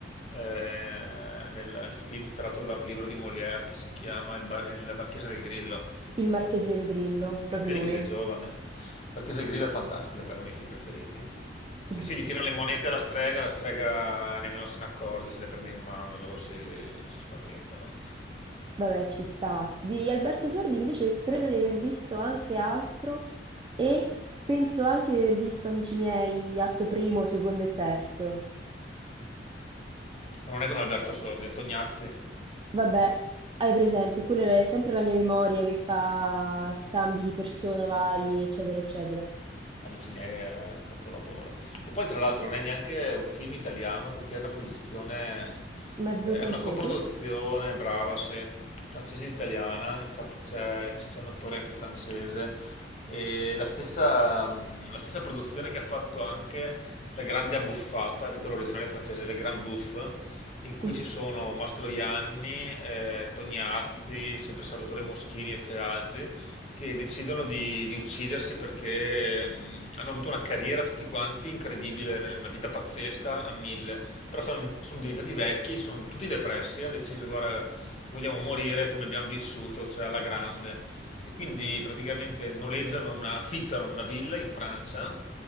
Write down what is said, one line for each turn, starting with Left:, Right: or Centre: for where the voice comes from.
Left: eh, nel film tratto da un libro di Molière che si chiama Il, Bar- il Marchese del Grillo.
Right: il Marchese del Grillo, proprio
Left: Vedi
Right: lui.
Left: che sei giovane. Il Marchese del Grillo è fantastico, beh, è uno dei film preferiti. Sì,
Right: <laughs>
Left: sì, gli tirano le monete alla strega, la strega nemmeno se ne accorge, se le prende in mano, loro si, si spaventano.
Right: Vabbè, ci sta. Di Alberto Sordi invece credo di aver visto anche altro e penso anche di aver visto, amici miei, atto primo, secondo e terzo.
Left: Ma non è con Alberto Sordi, è Tognazzi.
Right: Vabbè, hai presente, quella è sempre la mia memoria che fa scambi di persona vari, eccetera, eccetera.
Left: Amici miei è un capolavoro. Che poi, tra l'altro, non è neanche un film italiano perché è una produzione,
Right: Mezzo
Left: eh,
Right: francese?
Left: è una coproduzione, brava, se francese e italiana. Infatti, c'è c'è un attore anche francese. E la stessa, mm, la stessa produzione che ha fatto anche La Grande Abbuffata, il titolo originale francese, Le Grand Bouffe, in cui
Right: <laughs>
Left: ci sono Mastroianni, eh, Tognazzi, sempre Salvatore Moschini e c'è altri che decidono di, di uccidersi perché mh, hanno avuto una carriera tutti quanti incredibile, una vita pazzesca a mille, però sono, sono diventati vecchi, sono tutti depressi, hanno deciso, guarda, vogliamo morire come abbiamo vissuto, cioè alla grande. E quindi praticamente noleggiano una, affittano una villa in Francia